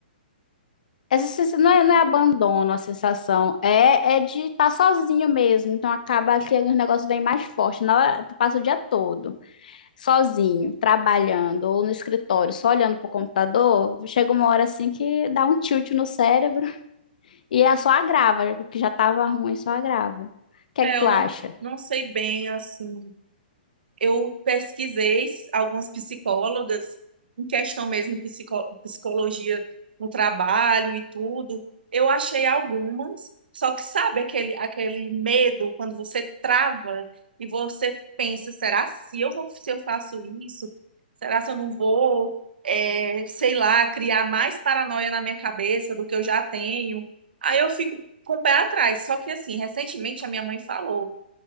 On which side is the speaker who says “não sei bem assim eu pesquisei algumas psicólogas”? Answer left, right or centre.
Right